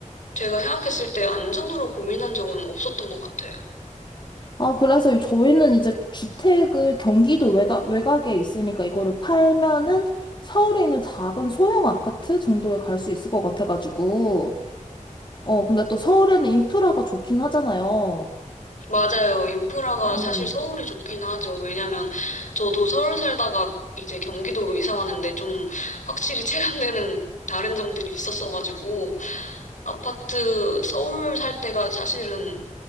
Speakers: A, on the left (about 70°); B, on the left (about 35°).
A: 제가 생각했을 때 안전으로 고민한 적은 없었던 것 같아요.
B: 아, 그래서 저희는 이제 주택을 경기도 외다, 외곽에 있으니까 이거를 팔면은 서울에 있는 작은 소형 아파트 정도에 갈 수 있을 것 같아가지고, 어, 근데 또 서울에는 인프라가 좋긴 하잖아요.
A: 맞아요. 인프라가
B: 어,
A: 사실 서울이 좋긴 하죠. 왜냐면 저도 서울 살다가 이제 경기도로 이사 왔는데 좀 확실히 체감되는 다른 점들이 있었어가지고 아파트 서울 살 때가 사실은